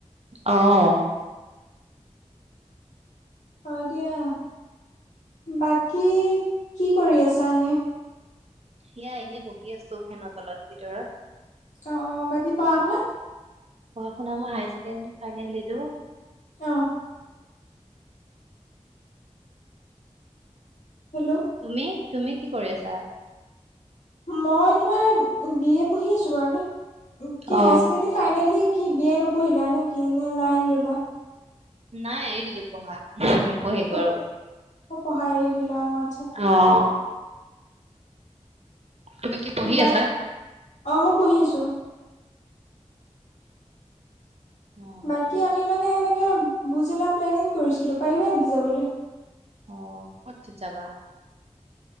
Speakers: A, on the right; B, on the left.
A: অ',
B: হয় দিয়া, বাকী কি কৰি আছা এনেই?
A: সেয়া এনেই বহি আছো, ফেনৰ তলত, ভিতৰত।
B: অ অ বাকী পঢ়া শুনা
A: পঢ়া শুনা মই, হাইছেকেণ্ডৰি ফাইনেল দিলো।
B: অ', হেল্ল'
A: তুমি, তুমি কি কৰি আছা?
B: মইটো বি এ পঢ়ি আছো বাৰু এনেই, কি
A: অ
B: হাইয়াৰ চেকেণ্ডেৰী ফাইনেল দি কি বিএ নপঢ়িলা নে কিনে লাইন ললা?
A: নাই এৰি দিলো পঢ়া, নপঢ়িলো
B: অ
A: আৰু।
B: পঢ়া এৰি দিলো মই।
A: অ', তুমি কি পঢ়ি
B: বাহ
A: আছা
B: অ', মই পঢ়ি আছো।
A: অ
B: বাকী আমি মানে এনেকে ভোজ এটা প্লেনিং কৰিছিলো, পাৰিবা নেকি যাবলৈ?
A: অ ক'ত যাবা